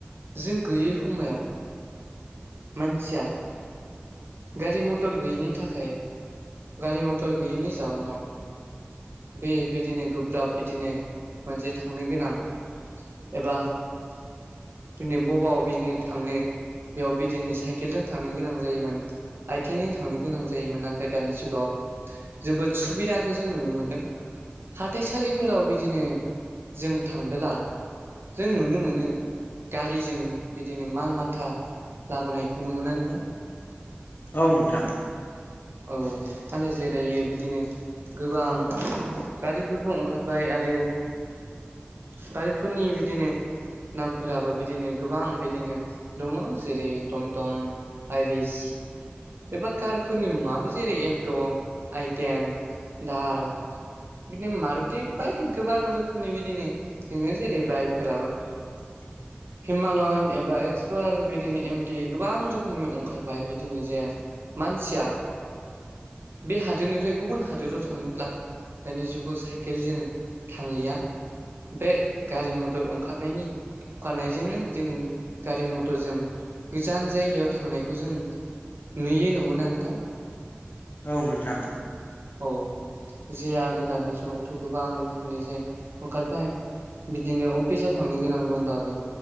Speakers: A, on the right; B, on the left.
A: जों गैयै समायाव। मानसिया गारि मटर गैयिनि थाखाय गारि मथर गैयिनि जाउनाव बे बिदिनो गोब्राब बिदिनो मोनसे थांनो गोनां। एबा जोंनो बबा बिदिनो थांनो। बेयाव बिदिनो साइकेलजों थांनो गोनां जायोमोन। आथिङै थांनो गोनां जायोमोन नाथाय दानि जुगाव जोबोद सुबिदाखौ जों नुनो मोनदों। हाथाइसालिफोराव बिदिनो जों थांबोला। जों नुनो मोनो। गारिजों बिदिनो माल माथा लाबोनायखौ नुो नदों।
B: औ नोंथां।
A: औ आरो जेरायो बिदिनो। गोबां गारिफोरबो ओंखारबाय आरो गारिफोरनि बिदिनो नामफोराबो बिदिनो गोबां बिदिनो दङ जेरै टमटम आइरिस एबा कार फोरनि मुङआो जेरै एल्ट' आइटेन दार बिदिनो मारुथि बायदि गोबां रोखोमनि बिदिनो <unintelligible> जेरै बाइकफोराबो
B: <inaudible>
A: हिमालयन एबा एक्सपाल बिदिनो एमटि गोबां रोखोमनि ओंखारबाय बिदिनो जे सिया बे हादोरनिफ्राय गुबुन हादोराव थांनोब्ला दानि जुगाव साइकेलजों थांलिया बे गारि मटर ओंखारनायनि होखानायजोंनो बिदिनो गारि मथरजों गोजान जायगायाव थांनायखौ जों नुयो नगौना नोंथां
B: औ नोंथां
A: औ जे आरो दानि जुगावथ गोबां रोखोमनि जे ओंखारबाय बिदिनो अफिसाव थांनो गोनां दंब्लाबो